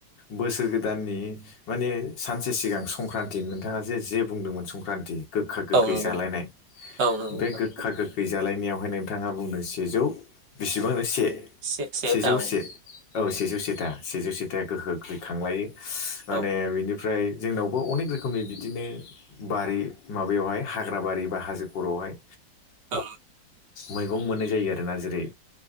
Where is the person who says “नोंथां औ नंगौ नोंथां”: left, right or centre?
Right